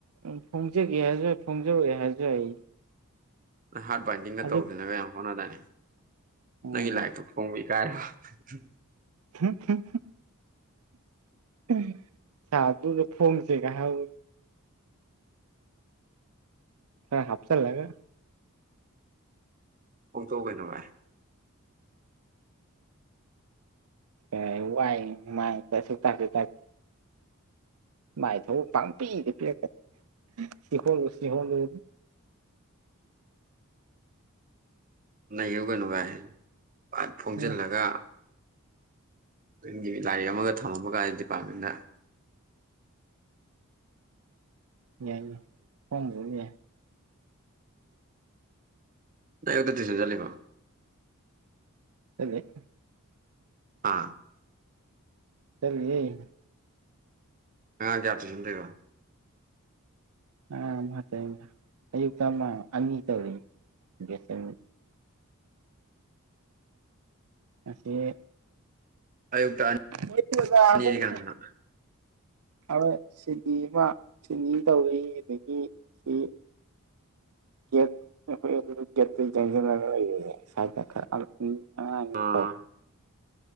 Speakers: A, on the right; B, on the right.
A: ꯎꯝ ꯐꯣꯡꯖꯒꯦ ꯍꯥꯏꯁꯨ ꯐꯣꯡꯖꯔ‌‌ꯣꯏ ꯍꯥꯏꯖꯨ ꯌꯥꯏ
B: ꯅꯪ ꯍꯥꯔꯠ ꯕꯥꯏꯟꯗꯤꯡꯒ
A: ꯑꯗꯨ
B: ꯇꯧꯗꯅꯒ ꯌꯥꯝ ꯍꯣꯠꯅꯗꯥꯏꯅꯤ
A: ꯎꯝ
B: ꯅꯪꯒꯤ ꯂꯥꯏꯔꯤꯛꯇꯨ ꯐꯣꯡꯕꯩ <unintelligible>
A: ꯍꯝ ꯍꯝ ꯍꯝ ꯎꯝ ꯁꯥꯔ ꯗꯨꯗ ꯐꯣꯡꯁꯦ ꯀ ꯍꯥꯏ <inaudible> ꯈꯔ ꯍꯥꯞꯆꯜꯂꯒ
B: ꯐ‌ꯣꯡꯗ‌ꯣꯛꯑꯣ ꯀꯩꯅꯣ ꯚꯥꯏ
A: ꯑꯝ ꯋꯥꯏ ꯃꯥ ꯇꯥꯛꯁꯨ ꯇꯥꯛꯇ‌ꯦ ꯃꯥꯏꯊꯧ ꯄꯥꯡꯄꯤꯗ ꯄꯤꯔꯛꯀꯅꯤ ꯁꯤꯈ <unintelligible> ꯁꯤꯍꯣꯗꯨ
B: ꯅꯩꯌꯨ ꯀꯩꯅꯣ ꯚꯥꯏ ꯐꯟ ꯐꯣꯡꯖꯤꯜꯂꯒ
A: ꯎꯝ
B: ꯅꯪꯒꯤ ꯂꯥꯏꯔꯤꯛ ꯑꯃꯒ ꯊꯝꯃꯝꯕꯒꯥꯏ ꯗꯤꯄꯥꯔꯠꯃꯦꯟꯇ
A: ꯌꯥꯏꯅ‌ꯩ ꯐ‌ꯣꯡꯗ‌ꯣꯅ‌ꯦ
B: ꯑꯣ ꯀꯥꯗꯥꯏꯗ ꯇꯨꯏꯁꯟ ꯆꯠꯂꯦꯕ‌ꯣ
A: <inaudible> ꯗꯦ
B: ꯑꯥ
A: ꯆꯠꯂꯤꯌ‌ꯦ
B: ꯑꯉꯥꯡ ꯀꯌꯥ ꯇꯨꯏꯁꯟ ꯇꯧꯔꯤꯕꯣ
A: ꯑ <inaudible> ꯑꯌꯨꯛꯇ ꯑꯃ ꯑꯅꯤ ꯇꯧꯔꯤ ꯕ‌ꯦꯁ ꯑꯅꯤ ꯉꯁ‌ꯦ
B: ꯑꯌꯨꯛꯇ
A: ꯅꯠꯇ‌ꯦꯗ
B: ꯑꯅꯤꯗꯤ
A: ꯑꯗꯨꯝꯅ‌ꯦ
B: ꯀꯅꯥ ꯀꯅꯥ
A: ꯍ‌ꯣꯏ ꯁꯤꯅꯤ ꯑꯃ ꯁꯤꯅꯤ ꯇꯧꯕꯒꯤ ꯑꯗꯒꯤ ꯁꯤ ꯒ‌ꯦꯠ ꯑꯩꯈꯣꯏ <unintelligible> ꯒ‌ꯦꯠꯗꯨꯗ ꯆꯪꯁꯤꯜꯂꯒ ꯂꯩꯕꯅ‌ꯦ <inaudible> ꯑꯉꯥꯡꯁꯤꯡ
B: ꯑꯥ
A: ꯇꯧ